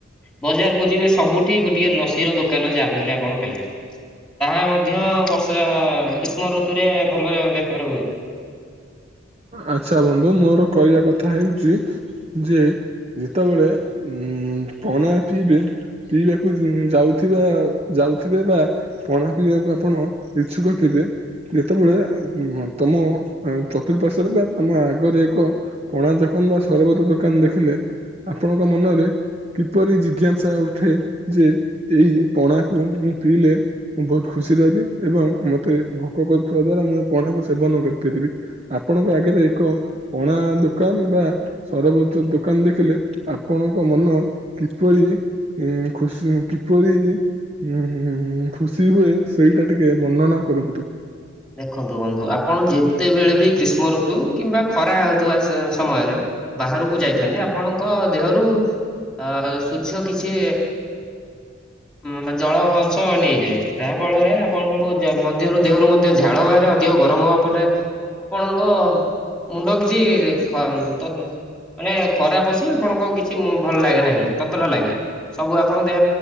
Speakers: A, in the centre; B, on the right.
A: ବଜାରକୁ ଯିବେ ସବୁଠି ଗୋଟଏ ଲସି ର ଦୋକାନ ଯାହା ହେଲେ ଆପଣ ପାଇବେ। ତାହା ମଧ୍ୟ ବର୍ଷା ଗ୍ରୀଷ୍ମ ଋତୁରେ ଭଲ ବେପାର ହୁଏ।
B: ଆଚ୍ଛା ବନ୍ଧୁ ମୋର କହିବା କଥା ହେଉଛି ଯେ ଯେତେବେଳେ ଉଁ ପଣା ପିଇବେ ପିଇବାକୁ ଯାଉଥିବା, ଯାଉିଥିବେ ବା। ପଣା ପିଇବାକୁ ଆପଣ ଇଛୁକ ଥିବେ, ଯେତେବେଳେ ତମ ଚତୁର୍ପାର୍ଶ୍ୱରେ ବା ତମ ଆଗରେ ଏକ ପଣା ଦୋକାନ ବା ସରବତ ଦୋକାନ ଦେଖିଲେ ଆପଣଙ୍କ ମନରେ କିପରି ଜିଜ୍ଞାସା ଉଠେ ଯେ ଏଇ ପଣାକୁ ମୁଁ ପିଇଲେ ମୁଁ ବହୁତ ଖୁସିରେ ରହିବି ଏବଂ ମୋତେ ଭୋକ କରୁଥିବା ଦ୍ଵାରା ମୁଁ ପଣାକୁ ସେବନ କରିପାରିବି। ଆପଣଙ୍କ ଆଗରେ ଏକ ପଣା ଦୋକାନ ବା ସରବତ ଦୋକାନ ଦେଖିଲେ ଆପଣଙ୍କ ମନ କିପରି ଏ ଖୁସି କିପରି ହୁଁ ହୁଁ ଖୁସି ହୁଏ ସେଇଟା ଟିକେ ବର୍ଣ୍ଣନା କରନ୍ତୁ।
A: ଦେଖନ୍ତୁ ବନ୍ଧୁ ଆପଣ ଯେତେବେଳେ ବି ଗ୍ରୀଷ୍ମ ଋତୁ କିମ୍ବା ଖରା ହେଉଥିବା ସମୟରେ। ବାହାରକୁ ଯାଇଥାନ୍ତି ଆପଣଙ୍କ ଦେହରୁ ଅ ସୂର୍ଯ୍ୟ କିଛି ମାନେ ଜଳ ଅଂଶ ନେଇଯାଏ। ଯାହା ଫଳରେ ଆପଣଙ୍କୁ ମଧ୍ୟରୁ ଦେହରୁ ମଧ୍ୟ ଝାଳ ବାହାରେ ଅଧିକ ଗରମ ହବା ପରେ ଆପଣଙ୍କୁ ମୁଣ୍ଡ କିଛି ଖ ତ ମାନେ ଖରା ପଶି ଆପଣଙ୍କୁ କିଛି ଭଲ ଲାଗେ ନାହିଁ, ତତଲା ଲାଗେ। ସବୁ ଆପଣ ଦେ